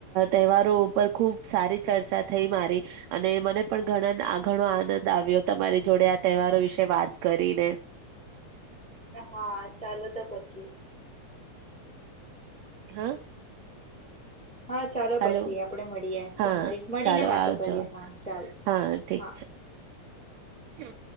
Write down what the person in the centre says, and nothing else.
હા, ચાલો તો પછી.
હા ચાલો
પછી આપડે મળીએ
તો મળી મળીને
વાતો
કરીએ હા ચાલ
હા.